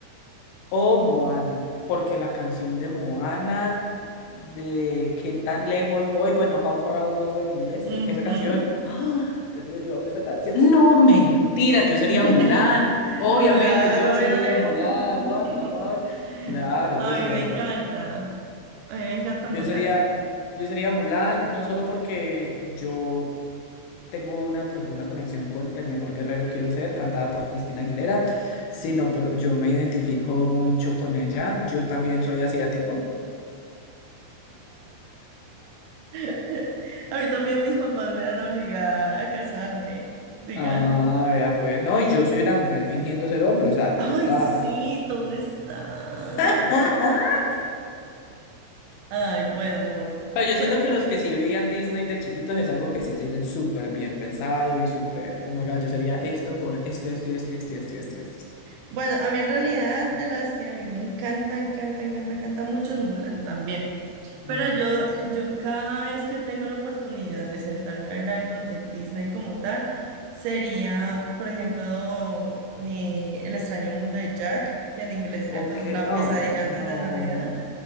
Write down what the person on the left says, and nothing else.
o Moana, porque la canción de Moana, de qué tan lejos voy, bueno, How Far I'll Go en inglés,
esa canción, ¡ah! Dios mío, yo amo esa canción. No, mentira, yo sería
Mulan, obviamente,
yo
sería Mulan,
what the fuck. Claro,
yo
sería
Mulan.
Yo
sería, yo sería Mulan, no solo porque yo tengo una profunda conexión con El mejor guerrero quiero ser, cantada por Cristina Aguilera, sino pero yo me identifico mucho con ella. Yo también soy asiático.
Ah, vea, pues, no, y yo soy una mujer fingiendo ser hombre, o sea,
tú está.
<laughs>
Pero yo
siento que los que sí veían Disney de chiquitos es algo que sí tienen súper bien pensado y súper, oh my God, yo sería esto por esto, esto, esto, esto, esto, esto, esto, esto. esto".
Ujú.
Ok,
ay,
no.